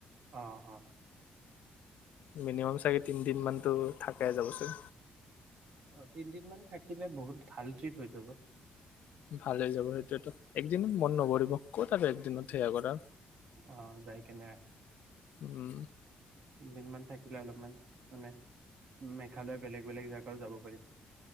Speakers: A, on the right; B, on the left.
A: অঁ অঁ
B: মিনিমাম চাগে তিনদিনানতটো থাকে যাব চাগ
A: অ তিনদিন মান থাকিলে বহুত ভাল ট্ৰিপ হৈ যাব
B: ভালেই যাব সেইটোয়েতো একদিন ন ন কৰিবৰিব ক'ত আৰু একদিনত সেয়া কৰাৰ
A: অ যাই কেনে আহ
B: উম
A: দিনমান থাকে অলপমান মানে মেঘালয় বেলেগ বেলেগ জেগাও যাব পাৰিম